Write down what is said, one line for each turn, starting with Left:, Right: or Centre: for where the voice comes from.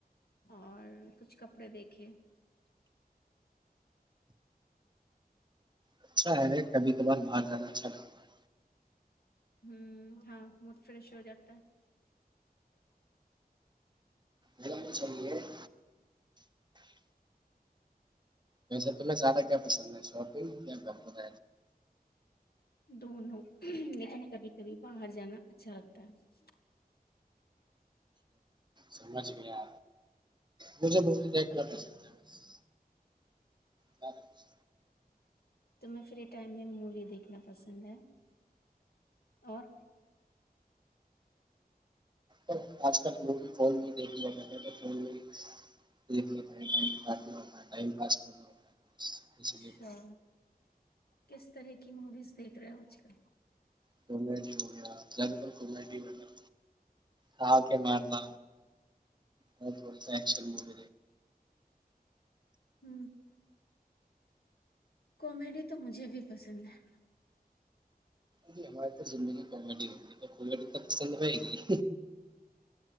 Left: اور کچھ کپڑے دیکھے
Right: اچھا ہے کبھی ک بھار باہر جانا اچھا لگتا ہے
Left: ہ ہاں مڈ فریش ہو جاتا تو <unintelligible>
Right: ا مے چلیے <unintelligible> ویسے تمہیں زیادہ کیا پسند ہے شاپنگ یا گھر ب
Left: دونوں لیکن کبھی کبھی باہر جانا اچھا لگتا ہے
Right: سمجھ گیا مجھے م دیکھنا پسند <unintelligible> زرا ک <unintelligible>
Left: توم فری ٹائم میں مووی دیکھنا پسند ہے اور
Right: ھر آج کل وہ بھی فون میں ہی دیکھ لیا تو فون میں ہی دیکھ لیتا ہےم کاٹ ہوتا ہے ٹائم پاس کرنا ہوتا
Left: اچھا
Right: اسی لیے <unintelligible>
Left: کس طرح کی مویزیکھ رہے ہو آج کل
Right: سلہ ہو گیا زیادہ تر گھمائ گ نگر ہاںکے مار ہ اورچ م د
Left: ہ کامیڈی تو مجھے بھی پسند ہے
Right: ای ہماری تو زندگی کامیڈی ہوگی تو کامیڈی تو پسند رہئے گی